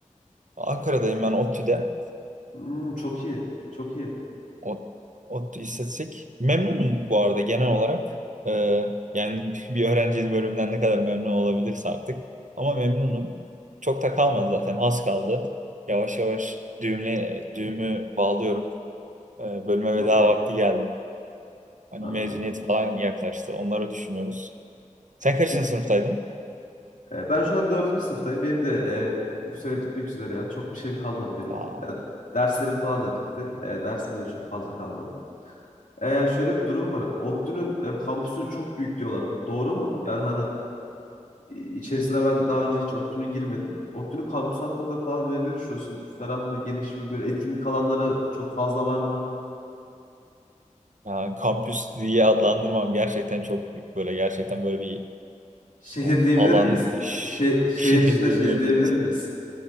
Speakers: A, on the right (about 70°); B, on the left (about 75°).
A: Ankara'dayım ben ODTÜ'de.
B: Hmm, çok iyi. Çok iyi.
A: O, ODTÜ İstatistik. Memnunum bu arada genel olarak. Ee, yani <laughs> bir öğrenci bölümünden ne kadar memnun olabilirse artık. Ama memnunum. Çok da kalmadı zaten. Az kaldı. Yavaş yavaş düğümle, düğümü bağlıyorum. Ee, bölüme veda
B: Çok iyi.
A: vakti geldi. Hani
B: Anladım.
A: mezuniyet falan yaklaştı. Onları düşünüyoruz. Sen kaçıncı
B: Peki.
A: sınıftaydın?
B: e, ben şu an dördüncü sınıftayım. Benim de e, bu sene bitmek üzere yani. Çok bir şeyim kalmadı benim
A: Vay.
B: de. Yani derslerim falan da bitti. E, dersim de çok fazla kalmadı. E, şöyle bir durum var. ODTÜ'nün e, kampüsü çok büyük diyorlar. Bu doğru mu? Yani hani i- içerisine ben daha önce hiç ODTÜ'nün girmedim. ODTÜ'nün kampüsü hakkında falan böyle ne düşünüyorsun? Ferah mı, geniş mi? Böyle etkinlik alanları çok fazla var mı?
A: Yani kampüs diye adlandırmam gerçekten çok büyük. Böyle gerçekten böyle bir
B: Şehir
A: yani
B: diyebilir
A: alan,
B: miyiz?
A: <laughs>
B: Şey, şehir
A: şehirde
B: içinde şehir
A: diyebiliriz.
B: diyebilir miyiz?